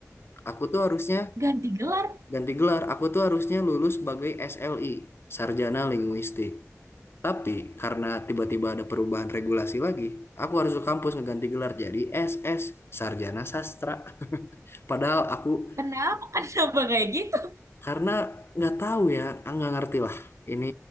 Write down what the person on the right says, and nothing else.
Ganti gelar.
Kenapa? <laughs> Kenapa kayak gitu?